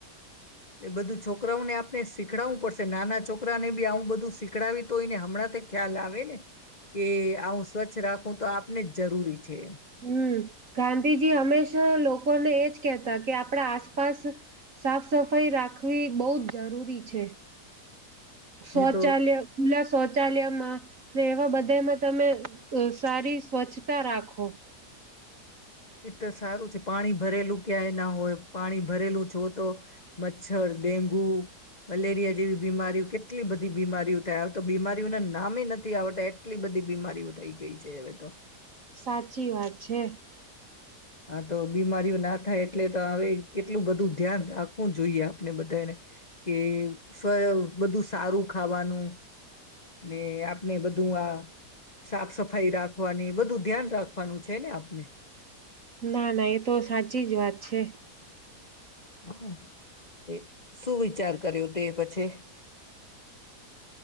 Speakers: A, on the left (about 25°); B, on the right (about 55°).
A: એ બધું છોકરાઓને આપ ને શીખડવું પડશે નાના ચોક છોકરાને બી આવું બધું શીખડાવી તો હોય ને હમણાં તો ખ્યાલ આવે ને. કે આવું સ્વચ્છ રાખું તો આપને જ જરૂરી છે.
B: હમ ગાંધીજી હંમેશા લોકોને એજ કેહતા કે આપણા આસપાસ, સાફ સફાઈ રાખવી બહુ જ જરૂરી છે. શૌચાલય
A: નહી તો
B: ખુલા શૌચાલયમાં ને એવા બધામાં તમે સારી સ્વચ્છતા રાખો.
A: એ તો સારું છે પાણી ભરેલું ક્યાંય ના હોય પાણી ભરેલું જો તો, મચ્છર ડેન્ગુ મલેરિયા જેવી બીમારીઓ કેટલી બધી બીમારીઓ થાય આ તો બીમારીઓને નામે નથી આવતા એટલી બધી બીમારીઓ થઈ ગઈ છે હવે તો.
B: સાચી વાત છે.
A: હા તો બીમારીઓ ના થાય એટલે તો હવે કેટલું બધું ધ્યાન રાખવું જોઈએ. ને બધાને. કે સ્ બધું સારું. ખાવાનું. ને આપને બધું આ સાફ સફાઈ રાખવાની બધું ધ્યાન રાખ રાખવાનું છે ને આપને.
B: ના ના એ તો સાચી જ વાત છે.
A: હા એ શું વિચાર કર્યો તે પછી.